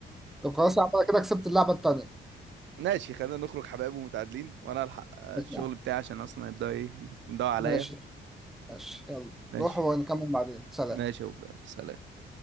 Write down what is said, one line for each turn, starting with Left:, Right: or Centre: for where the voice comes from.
Centre: طب خلاص يا عم انا كده كسبت اللعبة التانية
Right: <laughs> ماشي خلينا نخرج حبايب ومتعادلين وانا الحق آه،
Centre: اسمع.
Right: الشغل بتاعي عشان اصلا هيبدأ ايه ينضوي عليا
Centre: ماشي ماشي يلا
Right: ماشي
Centre: روح ونكمل بعدين سلام
Right: ماشي يا أبو، يلا سلام